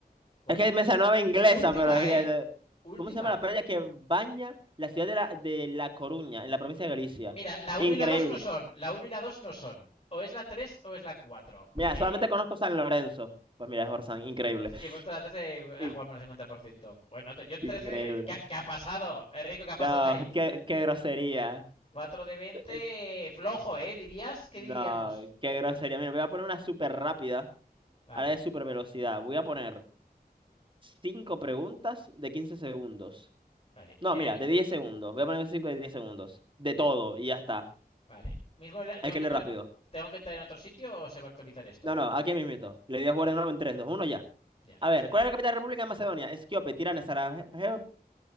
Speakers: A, on the left (about 40°); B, on the right (about 30°).
A: Bueno.
B: Es que me sonaba inglesa,
A: Última,
B: pero es que...
A: ¿eh?
B: eh,
A: Última.
B: ¿Cómo se llama la playa que baña la ciudad de La, de La Coruña, en la provincia de Galicia?
A: Mira, la uno
B: Increíble.
A: y la 2 no son. La uno y la 2 no son. O es la 3 o es la cuatro
B: Mira,
A: Eh,
B: solamente conozco San Lorenzo. Pues mira, es Orzán, increíble.
A: sí, he puesto la 3 de,
B: In-
A: a jugarme al cincuenta por ciento Bueno, te- yo
B: Increíble.
A: trece eh, ¿Qué, ha qué ha pasado? Enrico, ¿qué ha pasado
B: No,
A: ahí?
B: qué, qué grosería.
A: cuatro de veinte
B: Eh,
A: Flojo, ¿eh? ¿Dirías? ¿Qué
B: No,
A: diríamos?
B: qué grosería. Mira, voy a poner una súper rápida,
A: Vale,
B: ahora de súper velocidad. Voy a poner cinco preguntas de 15 segundos.
A: vale.
B: No,
A: En
B: mira,
A: el... mi-
B: de 10 segundos. Voy a ponerme 5 de 10 segundos. De todo, y ya está.
A: Vale. Mismo... ¿Tengo
B: Hay que
A: que
B: leer
A: entrar,
B: rápido.
A: ¿Tengo que entrar en otro sitio o se va a actualizar esto?
B: No, no, aquí mismito. Le di a jugar
A: Vale.
B: de nuevo en tres, dos, uno ya.
A: Ya,
B: A
A: hostia.
B: ver, ¿cuál es la capital de la República de Macedonia? Esquiope, Tirana, Sarajevo,